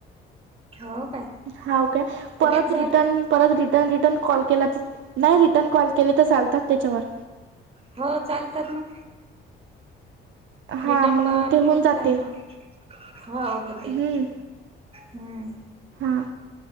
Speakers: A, on the right (about 30°); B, on the right (about 70°).
A: हो काय
B: हा ओके
A: लगेच
B: परत
A: झाले
B: रिटर्न परत रिटर्न रिटर्न कॉल केला नाही रिटर्न कॉल केले तर चालतात त्यांच्यावर
A: हो चालतात ना?
B: हा
A: रिटर्न
B: मग
A: कॉल
B: ते होऊन जाते
A: चालतात हो होतंय
B: हम्म
A: हम्म!
B: हा